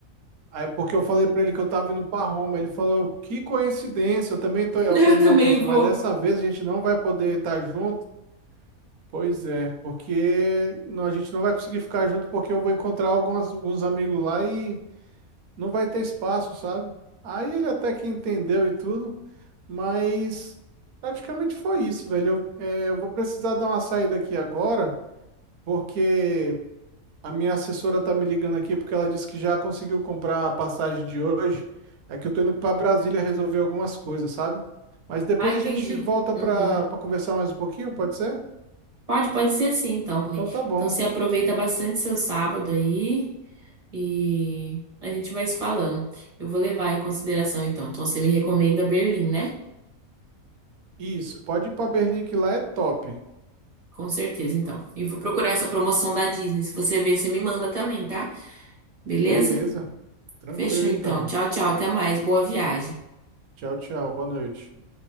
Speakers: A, on the right (about 75°); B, on the right (about 25°).
A: Aí porque eu falei para ele que eu tava indo para Roma, ele falou, que coincidência, eu também tô.
B: <laughs>
A: Eu
B: Eu
A: falei,
B: também
A: não, professor,
B: vou.
A: mas dessa vez a gente não vai poder estar junto. Pois é, porque não- a gente não vai conseguir ficar junto porque eu vou encontrar algumas, alguns amigos lá e não vai ter espaço, sabe? Aí ele até que entendeu e tudo, mas praticamente foi isso, velho. Eu, é, eu vou precisar dar uma saída aqui agora, porque a minha assessora tá me ligando aqui porque ela disse que já conseguiu comprar a passagem de hoje. É que eu tô indo para Brasília resolver algumas coisas, sabe? Mas depois
B: Ah, entendi.
A: a gente volta
B: Uhum.
A: para para conversar mais um pouquinho, pode ser?
B: Pode, pode ser sim, então, Clay.
A: Então tá bom.
B: Então você aproveita bastante seu sábado aí e a gente vai se falando. Eu vou levar em consideração, então. Então você me recomenda Berlim, né?
A: Isso, pode ir pra Berlim que lá é top.
B: Com certeza, então. E vou procurar essa promoção da Disney. Se você ver, você me manda também, tá? Beleza?
A: Beleza. Tranquilo
B: Fechou, então.
A: então.
B: Tchau, tchau. Até mais. Boa viagem.
A: Tchau, tchau. Boa noite.